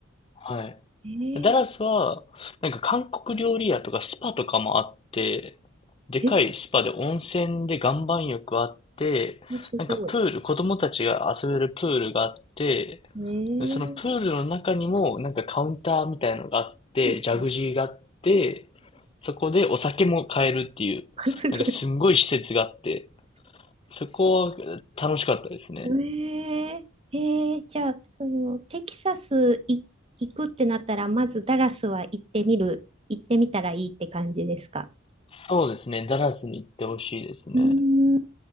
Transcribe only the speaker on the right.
えー、
えー、すごい。
えー、
<laughs>
すごい。
えええーじゃあ、その、テキサスい行くってなったら、まずダラスは行ってみる、行ってみたらいいって感じですか。
うーん、